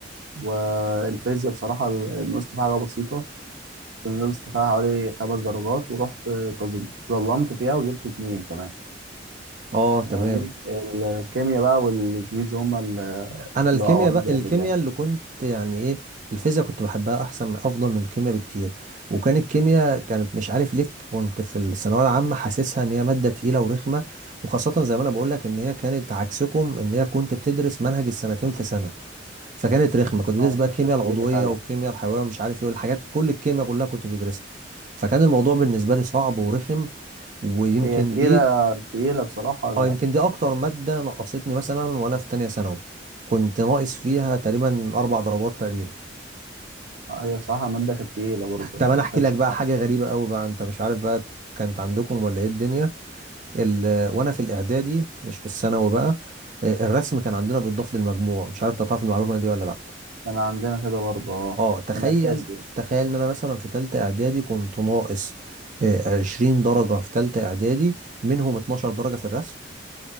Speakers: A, on the right (about 80°); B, on the right (about 45°).
A: والفيزياء بصراحه نقصت فيها حاجه بسيطه نقصت فيها حوالي خمس درجات ورحت تظ- تظلمت فيها وجبت اتنين كمان
B: اه
A: يعني
B: تمام
A: الكيمياء بقى والانجليزي هما اللي
B: انا الكيمياء
A: اللي وقعوني
B: بقى
A: جامد
B: الكيمياء
A: يعني
B: اللي كنت يعني ايه الفيزياء كنت بحبها احسن من افضل من الكيمياء بكتير وكان الكيمياء كانت مش عارف ليه كنت في الثانويه العامه حاسسها ان هي ماده تقيله ورخمه وخاصه زي ما انا بقول لك ان هي كانت عكسكم ان هي كنت بتدرس منهج السنتين في سنه فكانت رخمه كنت بتدرس
A: اه
B: بقى الكيمياء
A: ده كانت تقيله
B: العضويه
A: فعلا
B: والكيمياء الحيويه ومش عارف ايه والحاجات كل الكيمياء كلها كنت بتدرسها فكان الموضوع بالنسبه لي صعب ورخم ويمكن
A: هي تقيله
B: دي
A: تقيلة بصراحة
B: اه يمكن دي اكتر ماده نقصتني مثلا وانا في تانية ثانوي كنت ناقص فيها تقريبا اربع درجات تقريبا
A: آه، هي بصراحة المادة كانت تقيلة برضه
B: طب
A: يعني
B: انا احكي
A: ما كانتش
B: لك بقى حاجه غريبه قوي بقى انت مش عارف بقى كانت عندكم ولا ايه الدنيا ال... وانا في الاعدادي مش في الثانوي بقى آه، الرسم كان عندنا بيتضاف للمجموع مش عارف انت تعرف المعلومه دي ولا لا
A: كان عندنا كده برضه اه
B: اه تخيل
A: كان أساسي
B: تخيل ان انا مثلا في تالتة اعدادي كنت ناقص آه، 20 درجه في تالتة اعدادي منهم 12 درجه في الرسم